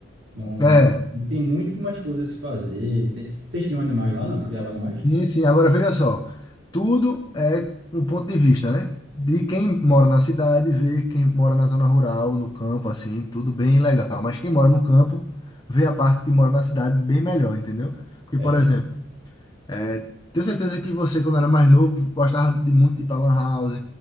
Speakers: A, on the right (about 65°); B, on the left (about 20°).
A: numa
B: É,
A: tem muito mais coisas a se fazer. Tem... Vocês tinham animais lá, não? Criavam animais?
B: Sim, sim. Agora veja só, tudo é um ponto de vista, né? De quem mora na cidade, vê quem mora na zona rural, no campo, assim, tudo bem legal. Mas quem mora no campo, vê a parte que mora na cidade bem melhor, entendeu? Porque,
A: É,
B: por exemplo, é, tenho certeza que você, quando era mais novo, gostava de muito de ir pra Lan House,